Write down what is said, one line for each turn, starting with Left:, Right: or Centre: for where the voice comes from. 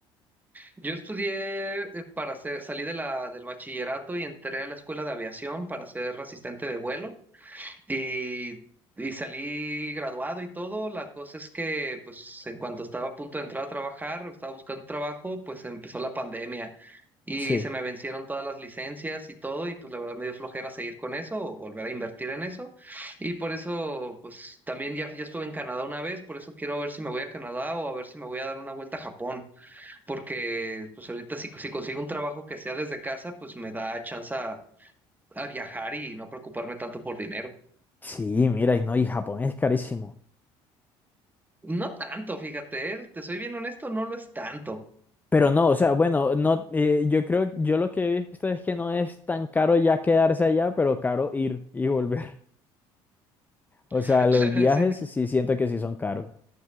Right: Yo estudié eh, para ser, salí de la, del bachillerato y entré a la escuela de aviación para ser asistente de vuelo y, y salí graduado y todo. La cosa es que, pues, en cuanto estaba a punto de entrar a trabajar, estaba buscando trabajo, pues empezó la pandemia y
Left: Sí.
Right: se me vencieron todas las licencias y todo y pues la verdad me dio flojera seguir con eso o volver a invertir en eso. Y por eso, pues, también ya, ya estuve en Canadá una vez, por eso quiero ver si me voy a Canadá o a ver si me voy a dar una vuelta a Japón porque pues ahorita si, si consigo un trabajo que sea desde casa, pues me da chance a, a viajar y no preocuparme tanto por dinero.
Left: Sí, mira, y no, y Japón es carísimo.
Right: No tanto, fíjate, eh, Te soy bien honesto, no lo es tanto.
Left: Pero no, o sea, bueno, no, eh, yo creo, yo lo que he visto es que no es tan caro ya quedarse allá, pero caro ir y volver. <laughs> O
Right: <laughs>
Left: sea, los viajes sí siento que sí son caros.